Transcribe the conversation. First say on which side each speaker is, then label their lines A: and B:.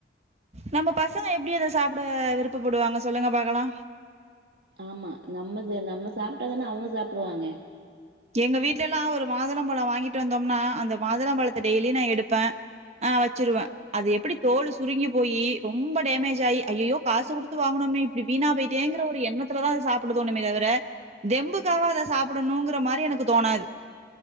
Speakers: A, on the right (about 40°); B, on the right (about 65°).
A: நம்ம பசங்க எப்டி அத சாப்ட விருப்பப்படுவாங்க சொல்லுங்க பாக்கலா
B: ஆமா நம்மள்து நம்ம சாப்ட்டாதான அவங்க சாப்டுவாங்க
A: எங்க வீட்ல எல்லா ஒரு மாதுளம்பழோ வாங்கிட்டு வந்தோம்னா அந்த மாதுளம்பழத்த டெய்லி நா எடுப்பே அ வச்சிருவே அது எப்டி தோல் சுருங்கி போயி ரொம்ப டேமேஜ் ஆயி ஐயயோ காசு குடுத்து வாங்குனோமே இப்டி வீணா போய் டேங்கிற ஒரு எண்ணத்துல தா சாப்புட தோணுமே தவிர தெம்புக்காவ அத சாப்டணுங்கிற மா தி எனக்கு தோணாது